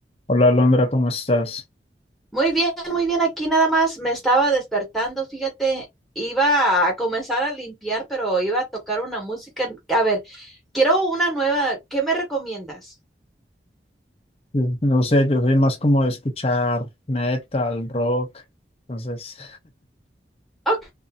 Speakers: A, on the left; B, in the centre.
A: Hola Londra, ¿cómo estás?
B: Muy bien, muy bien. Aquí nada más me estaba despertando, fíjate, iba a comenzar a limpiar, pero iba a tocar una música. A ver, quiero una nueva. ¿Qué me recomiendas?
A: Mm. No sé, yo soy más como de escuchar metal, rock. Entonces,
B: Ok,